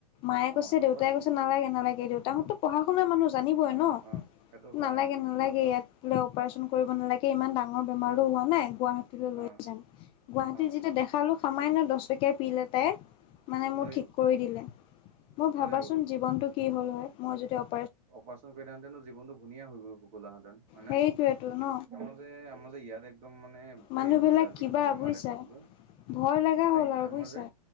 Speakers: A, on the left; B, on the right.
A: মায়ে
B: অ,
A: কৈছে,
B: তাৰপা?
A: দেউতাই কৈছে নালাগে নালাগে, দেউতাহঁততো
B: অ,
A: পঢ়া শুনা মানুহ জানিবই
B: অ,
A: ন'।
B: অ, সেইটো হয়
A: নালাগে
B: অ,
A: নালাগে
B: তাৰপা?
A: ইয়াত বোলে অপাৰেচন কৰিব নালাগে ইমান ডাঙ ৰ বেমাৰটো
B: অ,
A: হোৱা নাই গুৱাহাটীলৈ লৈ
B: অ,
A: যাম গুৱাহাটীত
B: অ,
A: যেতিয়া দেখালো। সামান্য দহ টকীয়া পিল এটাই মানে
B: ভাল
A: মোক
B: হৈ
A: ঠিক
B: গ'ল,
A: কৰি দিলে। মোৰ ভাবাচোন
B: ভাল হৈ গ'ল।
A: জীৱনটো কি হ'ল হয় মই যদি অপ
B: অপাৰেচন কৰিলা হেতেন জীৱনটো ঘুনীয়া হৈ গ'লাহেঁতেন হয় নে
A: সেইটোৱেতো
B: <unintelligible>
A: ন
B: আমাৰ। <unintelligible> ইয়াত একদম মানে ভয়ে
A: মানুহ
B: বুইছা
A: বিলাক কিবা
B: যিকোনো বেমাৰ
A: বুজিছা
B: দেখাবলৈ।
A: ভয় লগা
B: নাই
A: হ'ল আৰু
B: আমাৰ
A: বুজিছা।
B: যে,